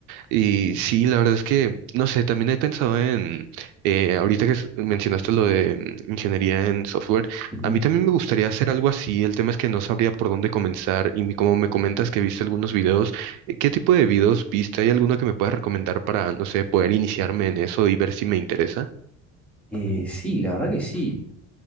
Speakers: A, on the right (about 75°); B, in the centre.
A: Y sí, la verdad es que, no sé, también he pensado en, eh, ahorita que s- mencionaste lo de mm, ingeniería en software,
B: Ujú.
A: a mí también me gustaría hacer algo así. El tema es que no sabría por dónde comenzar y vi- como me comentas que viste algunos videos, eh, ¿qué tipo de videos viste? ¿Hay alguno que me puedas recomendar para, no sé, poder iniciarme en eso y ver si me interesa?
B: Eh, sí, la verdad que sí.